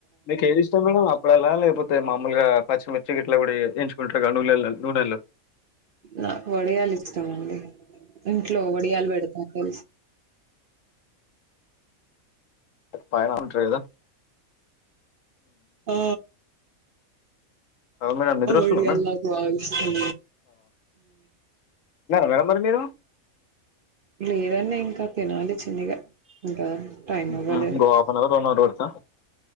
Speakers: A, on the left (about 70°); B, on the right (about 50°).
A: మీకు ఏది ఇష్టం మేడం అప్పుడ అలా లేకపోతే అయితే మామూలుగా పచ్చిమిర్చి గట్లా పడి ఎంచుకుంటారు కద నూనెలు నూనెలు
B: నాకు వడియాలు ఇష్టమండి ఇంట్లో వడియాలు పెడతా తెలుసు
A: పన ఉంటదా
B: ఆ
A: మేడ నిద్రనా
B: ఒడియాలు
A: మే
B: నాకు బాగా ఇష్టం
A: మేడ మరి మీరు
B: లేదన్న ఇంకా తినాలి చిన్నగా ఇంకా టైమ్
A: ఉహు.
B: అవ్వలేదు
A: ఇంకో half an hour one hour పడతా